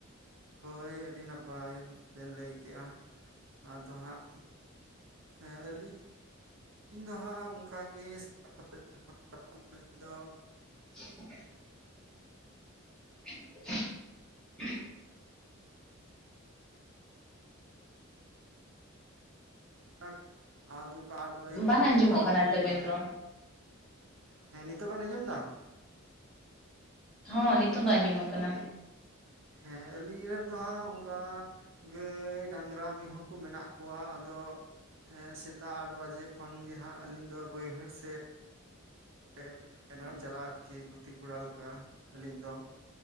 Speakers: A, on the right; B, in the centre.
A: ᱦᱳᱭ ᱟᱹᱰᱤ ᱱᱟᱯᱟᱭ ᱵᱮᱱ ᱞᱟᱹᱭ ᱠᱮᱜ-ᱟ᱾ ᱟᱫᱚ ᱦᱟᱸᱜ ᱦᱮᱸ ᱟᱹᱞᱤᱧ ᱟᱹᱞᱤᱧ ᱫᱚ ᱦᱟᱸᱜ ᱩᱝᱠᱟ ᱜᱮ <unintelligible> ᱫᱚ
B: <inaudible> <inaudible>
A: ᱟᱠ, ᱟᱫ ᱱᱚᱝᱠᱟ ᱟᱴ ᱵᱟᱡᱮ ᱠᱷᱚᱱ
B: ᱵᱟᱝ ᱟᱸᱡᱚᱢᱚᱜ
A: ᱡᱟᱦᱟᱸ
B: ᱠᱟᱱᱟ
A: ᱜᱟᱹᱭ
B: ᱛᱟᱹᱵᱤᱱ
A: ᱰᱟᱝᱨᱟ
B: ᱨᱚᱲ
A: ᱦᱮᱸ ᱱᱤᱛᱳᱜ ᱵᱮᱱ ᱟᱸᱡᱚᱢᱫᱟ?
B: ᱦᱚᱸ ᱱᱤᱛᱳᱜ ᱫᱚ ᱟᱸᱡᱚᱢᱚᱜ ᱠᱟᱱᱟ᱾
A: ᱦᱮᱸ ᱟᱹᱞᱤᱧᱟᱜ ᱫᱚ ᱦᱟᱸᱜ ᱩᱝᱠᱟ ᱜᱟᱹᱭ, ᱰᱟᱝᱨᱟ, ᱢᱤᱦᱩᱸ ᱠᱩ ᱢᱮᱱᱟᱜ ᱠᱚᱣᱟ ᱟᱫᱚ ᱦᱮᱸ ᱥᱮᱛᱟᱜ ᱟᱴ ᱵᱟᱡᱮ ᱠᱷᱚᱱ ᱜᱮ ᱦᱟᱸᱜ ᱟᱹᱞᱤᱧ ᱫᱚ ᱵᱟᱹᱭᱦᱟᱹᱲ ᱥᱮ ᱮᱸ, ᱮᱱ ᱨᱮᱦᱚᱧ ᱪᱟᱞᱟᱜ-ᱟ ᱟᱨᱠᱤ ᱜᱩᱛᱤ ᱠᱚᱲᱟ ᱞᱮᱠᱟ ᱟᱹᱞᱤᱧ ᱫᱚ᱾